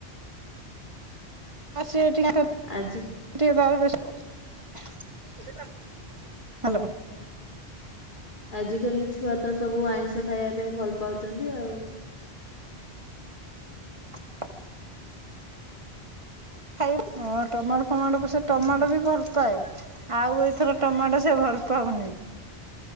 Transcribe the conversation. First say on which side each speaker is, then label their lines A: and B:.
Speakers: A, on the right; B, on the left.
A: ଅ, ସିଏ ଏଠି କାଇଁ
B: ଆଜି।
A: ସେ ତାର ବେଶପ ହ୍ୟାଲୋ।
B: ଆଜିକାଲି ଛୁଆ ତ ସବୁ ଆଇଁଷ ଖାଇବା ପାଇଁ ଭଲ ପାଉଚନ୍ତି ଆଉ।
A: ହଁ। <unintelligible> ଖାଇ ଅର ଟମାଟୋ ଫମାଟୋ କୁ ସେ ଟମାଟୋ ବି ଭଲ ପାଏ। ଆଉ ଏଇଥର ଟମାଟୋ ସେ ଭଲ ପାଉନି